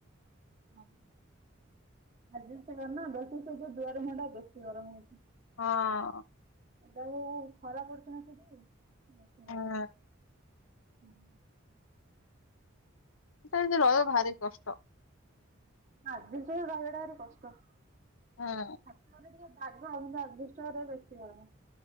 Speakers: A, on the right; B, on the left.
A: ହଁ ଆଜବେଷ୍ଟ୍ ଘରନା, ବେଶି ସେ ଯୋଉ ଦୁଆର ମୁହଁ ଟା ବେଶୀ ଗରମ ହଉଛି।
B: ହଁ।
A: ସେଟାକୁ ଖରାପ ପଡ଼ୁଛି ନା ସେଠି ବେଶି
B: ହୁଁ
A: ଗରମ। ହଁ।
B: ସେଟା କେମିତି ରହିବ ଭାରି କଷ୍ଟ?
A: ଆଜବେଷ୍ଟ ଘରେ ରହିବାଟା ଭାରି କଷ୍ଟ।
B: ହଁ।
A: ଛାତ ଘରେ ଟିକେ ବାଗ, କିନ୍ତୁ ଆଜବେଷ୍ଟ ଘରେ ବେଶୀ ଗରମ।